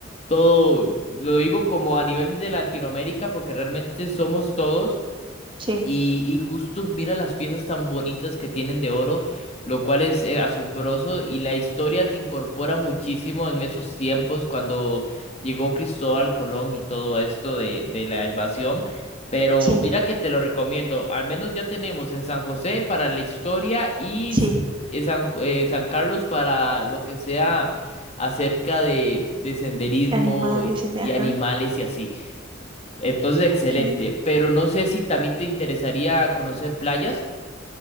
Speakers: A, on the left; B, on the right.
A: todo, lo digo como a nivel de Latinoamérica, porque realmente somos todos.
B: Sí,
A: Y, y justo mira las piezas tan bonitas que tienen de oro, lo cual es eh, asombroso y la historia te incorpora muchísimo en esos tiempos cuando llegó Cristóbal Colón y todo esto de, de la invasión. Pero
B: sí,
A: mira que te lo recomiendo, al menos ya tenemos en San José para la historia y
B: sí.
A: s- eh, San, Ju- eh, San Carlos para lo que sea acerca de, de senderismo
B: Animales,
A: y
B: en-
A: y
B: ajá.
A: animales y así. Entonces, excelente.
B: Okay.
A: Pero no sé si también te interesaría conocer playas.